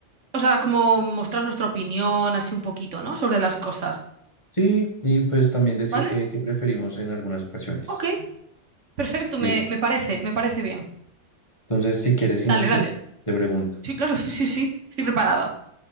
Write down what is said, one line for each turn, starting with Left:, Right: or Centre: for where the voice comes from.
Right: O sea, como mostrar nuestra opinión así un poquito, ¿no? Sobre las cosas,
Left: Sí, y pues también decir
Right: ¿vale?
Left: que, que preferimos en algunas ocasiones.
Right: Ok, perfecto, me,
Left: Listo.
Right: me parece, me parece bien.
Left: Entonces, si quieres
Right: Dale,
Left: inicio,
Right: dale.
Left: te pregunto.
Right: Sí, claro, sí, sí, sí, estoy preparada.